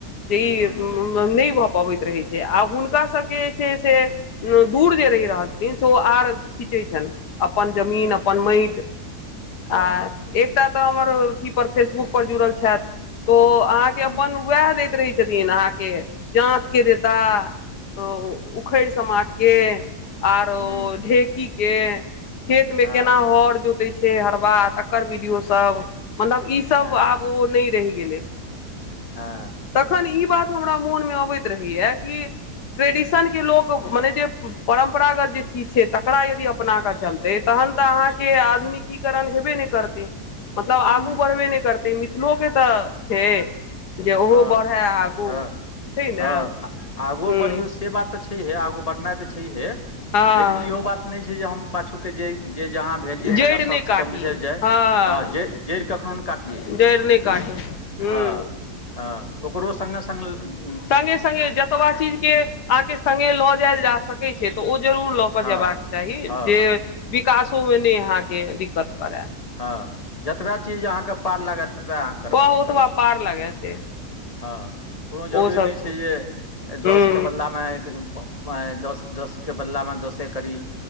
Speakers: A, on the left; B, on the left.
A: जे ई।
B: हूँ
A: नै भऽ पबै रहै छै, आ हुनका सबके जे छै से। दूर जे रहि रहल छथिन से ओ आर खीचै छनि। अपन जमीन
B: हँ
A: अपन मैट आ।
B: हँ
A: एकटा तऽ हमर अथी पर फेसबुक पर जुड़ल छथि। तो अहाँके अपन
B: हूँ
A: वैह दैत रहै, छथिन अहाँके जात। देता उखड़-समाठ के आर ओ
B: हूँ
A: ढेकी। के खेत मे
B: हँ
A: केना हर जोतै छै। हरबा तकर वीडियो सब मतलब ई सब
B: हँ
A: आब ओ नै रहि गेलै।
B: हँ
A: तखन ई बात हमरा मोनमे अबैत रहैय कि। ट्रेडिशनके लोक मने जे परम्परागत जे चीज छै, तकरा यदि अपनाकऽ चलतै। तहन तऽ अहाँके आधुनिकीकरण हेबे नै करते, मतलब
B: हूँ
A: आगू बढ़बे ने करतै मि। थलो के तऽ छै, जे ओहो
B: हँ
A: बढ़ै आगू
B: हँ
A: छै
B: हँ
A: ने।
B: आगू
A: हूँ
B: बढ़ियौ से बात तऽ छैहे, आगू बढ़नाइ तऽ छैहे,
A: हँ
B: लेकिन इहो बात। नै छै जे हम पाछू के जे जे जहाँ। छै तेकरा
A: जड़ि नहि
B: शब्द
A: काटी
B: के बिसैर जाइ।
A: हँ
B: हाँ जै जैड़ कखनो नै काटयैइ।
A: जड़ि नहि काटी
B: हँ
A: हूँ
B: -हँ ओकरो संगे-संग ल
A: संगे-संगे जतबा चीज के अहाँके संगे लऽ जायल जा सकै छै तऽ ओ जरूर लऽ
B: हँ
A: कऽ जयबाक चाही।
B: हँ
A: जे विकासो <unintelligible> मे नै अहाँके दिक्कत करए।
B: हँ, जतबा चीज अहाँके पार लागत ततबे अहाँ करबाक
A: प ओतबा
B: करू
A: पार लागे से
B: हँ कोनो
A: ओ
B: जरूरी
A: सब
B: नहि छै जे
A: हूँ
B: दसके बदलामे आइ <unintelligible> पाई दस दसके बदलामे दसे करी